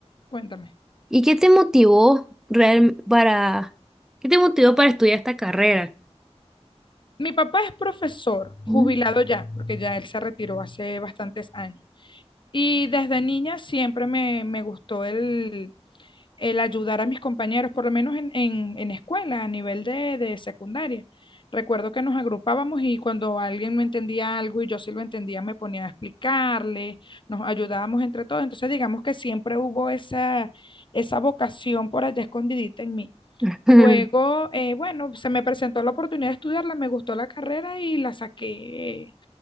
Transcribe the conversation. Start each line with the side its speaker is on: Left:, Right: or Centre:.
Left: Cuéntame.
Centre: y qué te motivó real para, qué te motivó para estudiar esta carrera?
Left: Mi papá es profesor, jubilado
Centre: Mm,
Left: ya, porque ya él se retiró hace bastantes años. Y desde niña siempre me, me gustó el, el ayudar a mis compañeros, por lo menos en, en, en escuela, a nivel de, de secundaria. Recuerdo que nos agrupábamos y cuando alguien no entendía algo y yo sí lo entendía, me ponía a explicarle, nos ayudábamos entre todos. Entonces, digamos que siempre hubo esa, esa vocación por allá escondidita en mí.
Centre: <laughs>
Left: Luego, eh, bueno, se me presentó la oportunidad de estudiarla, me gustó la carrera y la saqué eh,